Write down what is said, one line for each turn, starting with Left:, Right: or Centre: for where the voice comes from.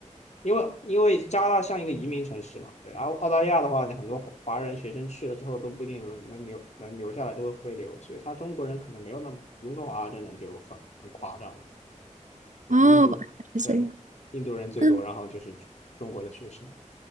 Left: 因为因为加拿大像一个移民城市嘛，对，然后澳大利亚的话，很多华华人学生去了之后都不一定能能留能留下来，都会回流，所以他中国人可能没有那么多，温哥华真的就很很夸张了，对，
Right: 哦，
Left: 印度对印度人最多，
Right: 是这样。嗯
Left: 然后就是中中国的学生，